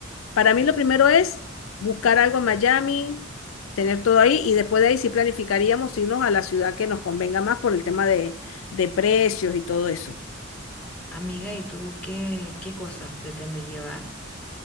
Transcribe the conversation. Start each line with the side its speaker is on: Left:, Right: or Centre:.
Left: para mí lo primero es buscar algo en Miami, tener todo ahí y después de ahí sí planificaríamos irnos a la ciudad que nos convenga más por el tema de, de precios y todo eso.
Centre: Amiga, ¿y tú qué, qué cosas pretendes llevar?